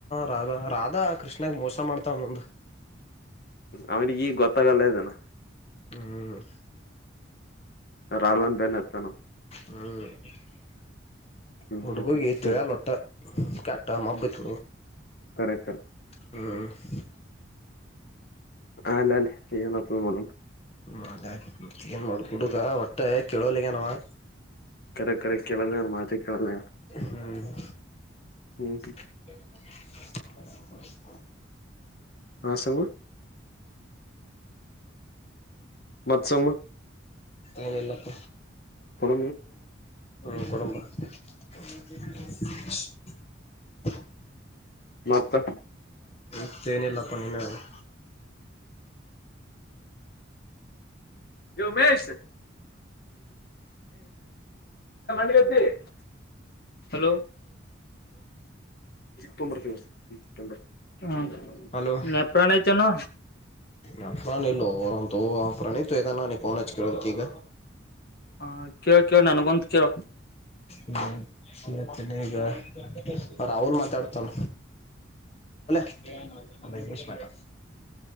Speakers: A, on the left; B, on the left.
A: ರಾಧಾ ರಾಧಾ ಕೃಷ್ಣಾಗ ಮೋಸಾ ಮಾಡ್ತಾಳ ಮುಂದ.
B: ಅವನಿಗೀಗ ಗೊತ್ತಾಗಲ್ಲ ಇದನ.
A: ಹ್ಮ್.
B: ರಾಧಾನ್ ಬೆನ್ನ ಹತ್ತ್ಯಾನ ಅವ.
A: ಹ್ಮ.
B: ಹ್ಮ್
A: ಹುಡುಗಗಿ
B: ಹ್ಮ್
A: ತಿಳ್ಯಾಲ
B: ಹ್ಮ್
A: ಒಟ್ಟ ಕೆಟ್ಟ ಮಬ್ಬತಿ ಹುಡುಗ.
B: ಕರೆಕ್ಟ್.
A: ಹ್ಮ್.
B: ಆಮೇಲ್ ಏನ್ ಅತಿ ನೋಡೂನು.
A: ಮಾಡ್ಲಿ ಮಾಡ್ಲಿ ಏನ್ ಮಾಡತಿ ಹುಡುಗ ಒ ಟ್ಟೆ ಕೇಳಲ್ಲಗ್ಯಾನ ಅವಾ.
B: ಕರೆ ಕರೆ ಕೇಳಲ್ಲಗ್ಯಾನ ಮಾತೆ ಕೇಳಲ್ಲಗ್ಯಾನ
A: ಹ್ಮ್.
B: ಹ ಹ.
A: <unintelligible>
B: ಹಾ ಸಂಗು. ಮತ್ತ ಸಂಗು.
A: ಏನಿಲ್ಲಪ್ಪ
B: ಕೊಡ
A: ನಿ ಈಕಡೆ ಬಾ. <unintelligible>
B: ಮತ್ತ.
A: ಮತ್ತೇನಿಲ್ಲಪಾ ನೀನೇ ಹೇಳ್ಬೇಕ್.
B: ಎ ಉಮೇಶ್. <unintelligible> ಹಲೋ ತೊಂಬರ್ತಿ ಹ್ಮ್ ತೊಂಬಾ. ಹ್ಮ
A: ಹಲೋ
B: ನಿಮ್ಮ್ ಅಪ್ಪನ ಚನ್ನು.
A: ಮತ್ತ್ಯಾನ್ ಇಲ್ಲೋ ನಮ್ಮ <unintelligible> ಪ್ರನು ತೊದಾತನ ಫೋನ್ ಹಚ್ಚಿ ಕೇಳ್ಬೇಕ ಈಗ.
B: ಹ ಕೇಳ ಕೇಳ ನನಗೊಂದ್ ಕೇಳ.
A: ಹ್ಮ್ ಮತ್ತ ಈಗ ಸರ್ ಅವರ ಮಾತಾಡ್ತಾರ. ತ್ತೇನ್ ಒಂದ್ ಐದ್ ನಿಮಿಷ ಮಾತಾಡ.